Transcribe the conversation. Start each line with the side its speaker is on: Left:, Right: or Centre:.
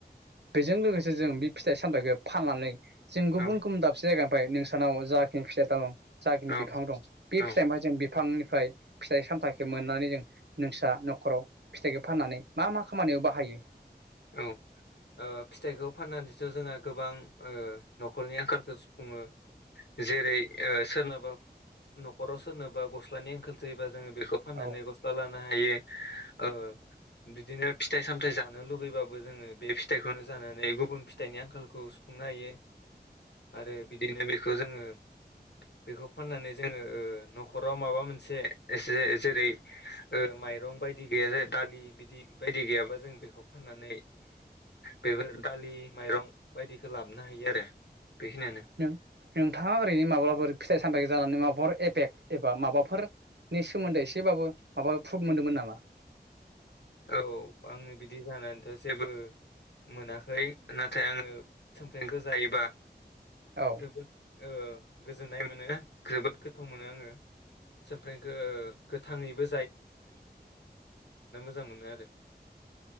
Right: बेजों लोगोसे जों बे फिथाइ सामथाइखौ फाननानै जों गुबुन
Left: औ
Right: गुबुन दाबसे जाग ओमफ्राय नोंसानाव जाखिनि फिथाइ दं जाखिनि
Left: औ
Right: बिफां दं बे
Left: औ
Right: फिथाइ महाय जों बिफांनि फाइ फिथाइ सामथाइखौ मोननानै जों नोंस्रा न'खराव फिथाइखौ फाननानै मा मा खामानियाव बाहायो?
Left: औ ओ फिथाइखौ फाननानैथ' जोंहा गोबां ओ न'खरनि आंखालखौ सुफुङो जेरै सोरनाबा नखराव सोरनाबा गस्लानि आंखालाव जोङो बेखौ फाननानै
Right: औ
Left: गस्ला लानो हायो ओ बिदिनो फिथाइ सामथाय जानो लुुबैयो बाबो जोङो बे फिथाइखौनो जानानै गुबुन फिथाइनि आंखालखौ सुफुंनो हायो। आरो बिदिनो बेखौ जोङो बेखौ फाननानै जोङो ओ न'खराव माबा मोनसे एसे जेरै माइरं बायदि गैया दालि बिदि बायदि गैयाबा जों बेखौ फाननानै बेफोर दालि माइरं बायदिखौ लाबोनो हायो आरो बेखिनियानो
Right: नों नोंथाङा ओरैनो माब्लााफोर फिथाइ सामथथाय जानानै माबाफोर ए बेग एबा माबाफोरनि सोमोन्दै एसेबाबो माबा प्रुफ मोनदोंमोन ना मा
Left: औ आङो बिदि जानानैथ' जेबो मोनाखै नाथाय आंङो <unintelligible> जायोबा
Right: औ
Left: जोबोद ओ गोजोन्नाय मोनो जोबोद गोथाव मोनो आङो समफ्र गोथाङैबो। मोजां मोनो आरो